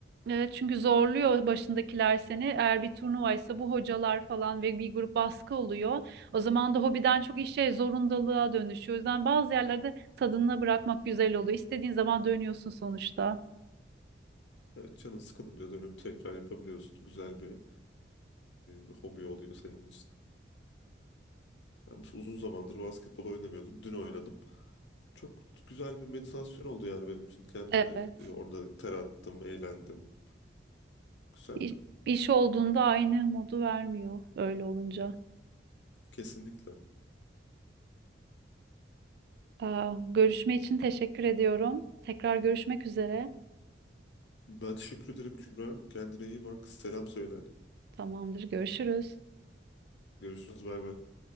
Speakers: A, on the right (about 60°); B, on the left (about 70°).
A: Evet çünkü zorluyor başındakiler seni. Eğer bir turnuvaysa bu hocalar falan ve bir grup baskı oluyor. O zaman da hobiden çok işe zorundalığa dönüşüyor. O yüzden bazı yerlerde tadına bırakmak güzel oluyor. İstediğin zaman dönüyorsun sonuçta.
B: Evet, canın sıkılınca dönüp tekrar yapabiliyorsun. Güzel bir e, hobi oluyor senin için. Ben uzun zamandır basketbol oynamıyordum. Dün oynadım. Çok güzel bir meditasyon oldu yani benim için. Kendimi
A: Evet.
B: e, orada ter attım, eğlendim. Güzeldi.
A: İ- İş, olduğunda aynı modu vermiyor öyle olunca.
B: Kesinlikle.
A: Aa, görüşme için teşekkür ediyorum. Tekrar görüşmek üzere.
B: Ben teşekkür ederim Kübra. Kendine iyi bak. Selam söyle.
A: Tamamdır, görüşürüz.
B: Görüşürüz. Bay bay.